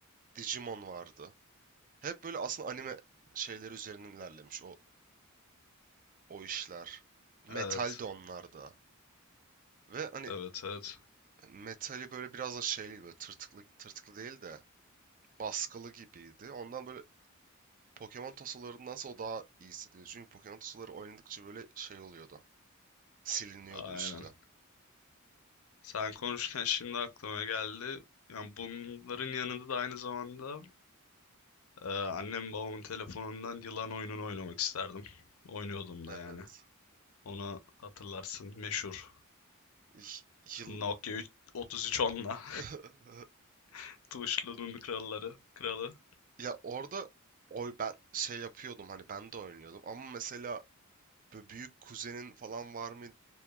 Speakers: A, on the right (about 40°); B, on the left (about 80°).
A: Digimon vardı. Hep böyle aslında anime şeyleri üzerinden ilerlemiş o o işler. Metal
B: Evet.
A: de onlarda. Ve hani
B: Evet, evet.
A: metali böyle biraz da şeyli böyle tırtıklı tırtıklı değil de baskılı gibiydi. Ondan böyle Pokemon tosalarındansa o daha iyi hissediyordu. Çünkü Pokemon tosaları oynadıkça böyle şey oluyordu. Siliniyordu
B: Aynen.
A: üstü.
B: Sen konuşurken şimdi aklıma geldi. Yani bunların yanında da aynı zamanda e, annem babamın telefonundan yılan oyununu oynamak isterdim. Oynuyordum
A: Evet.
B: da yani. Onu hatırlarsın meşhur.
A: Y- Yıl
B: Nokia 3- 3310'la.
A: <laughs>
B: <laughs> Tuşlunun kralları. Kralı.
A: ya orada oy ben şey yapıyordum hani ben de oynuyordum ama mesela böyle büyük kuzenin falan var mı